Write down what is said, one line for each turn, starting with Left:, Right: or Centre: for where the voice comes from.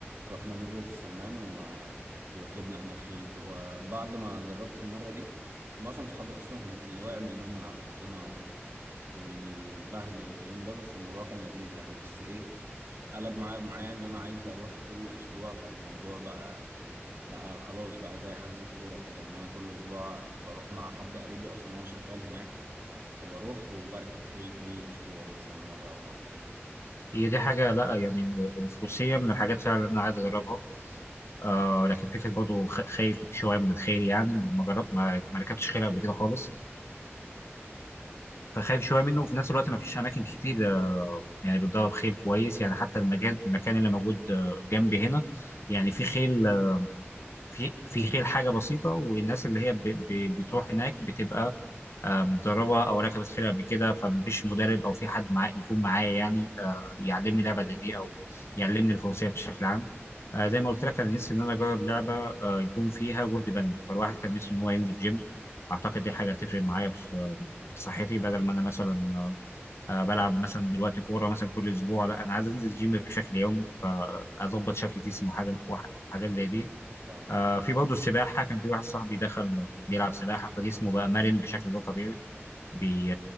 Right: رحنا نزلة السمان و... وركبنا هناك خيل وبعد ما جربت المرة دي معظم صحابي أصلا اللي وقع من النوم من على الحصينة وال... والبهدل اليوم ده بس الموضوع كان لذيذ يعني بس إيه قلب معايا معايا ان انا عايز اروح كل اسبوع فالموضوع بقى بقى خلاص بقى زي حجز الكورة كده ان انا كل اسبوع بروح مع حد قريبي اصلا هو شغال هناك وبروح وبركب خيل كل اسبوع مثلا مرة او مرتين
Left: هي دي حاجه لا يعني الفروسيه من الحاجات فعلا اللي انا عايز اجربها آه لكن فكره برضه خ- خايف شويه من الخيل يعني ما جرب ما ما ركبتش خيل قبل كده خالص فخايف شويه منه وفي نفس الوقت ما فيش اماكن كتير آه، يعني بتدرب خيل كويس يعني حتى المكان المكان اللي موجود آه، جنبي هنا يعني في خيل آه، في في خيل حاجه بسيطه والناس
Right: مم.
Left: اللي هي ب- ب- بتروح هناك بتبقى آه، متدربه او ركبت خيل قبل كده فمفيش مدرب او في حد معاه يكون معايا يعني آه، يعلمني لعبه زي دي او يعلمني الفروسيه بشكل عام آه، زي ما قلت لك انا نفسي ان انا اجرب لعبه آه، يكون فيها جهد بدني فالواحد كان نفسه ان هو ينزل جيم اعتقد دي حاجه هتفرق معايا في آه، في صحتي بدل ما انا مثلا
Right: مم.
Left: آه، آه، بلعب مثلا دلوقتي كوره مثلا كل اسبوع لا انا عايز انزل جيم بشكل يومي فاظبط شكل جسمي وحاجه وح- حاجات زي دي
Right: فاهمك
Left: آه،
Right: أيوة.
Left: في برضه السباحه كان في واحد صاحبي دخل بيلعب سباحه فجسمه بقى مرن بشكل غير طبيعي بي